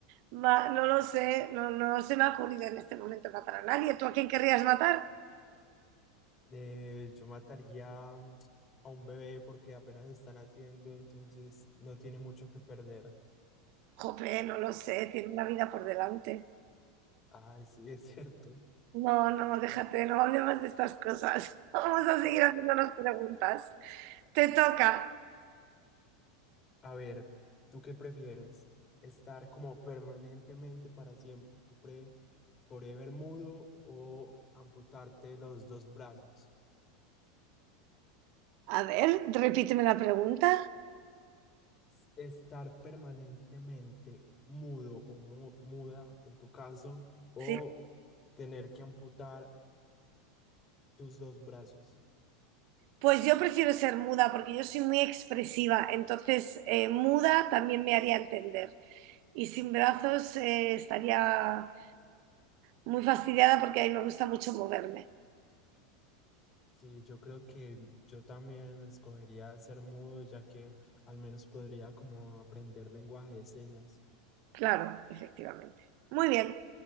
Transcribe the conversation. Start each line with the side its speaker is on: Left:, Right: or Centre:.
Right: Ma- no lo sé, no, no se me ha ocurrido en este momento matar a nadie. ¿Tú a quién querrías matar?
Left: Eh, yo mataría mm, a un bebé porque apenas están haciendo, entonces no tiene mucho que perder.
Right: Jope, no lo sé, tiene una vida por delante.
Left: Ay, sí, es cierto.
Right: No, no, déjate, no hablemos de estas cosas. <laughs> Vamos a seguir haciéndonos preguntas. Te toca.
Left: A ver, ¿tú qué prefieres? ¿Estar como permanentemente para siempre, forever mudo o amputarte los dos brazos?
Right: A ver, repíteme la pregunta.
Left: S- ¿Estar permanentemente mudo o mu- muda en tu caso o
Right: Sí.
Left: tener que amputar tus dos brazos?
Right: Pues yo prefiero ser muda porque yo soy muy expresiva, entonces eh, muda también me haría entender. Y sin brazos eh, estaría muy fastidiada porque a mí me gusta mucho moverme.
Left: Sí, yo creo que yo también escogería ser mudo, ya que al menos podría como aprender lenguaje de señas.
Right: Claro, efectivamente. Muy bien.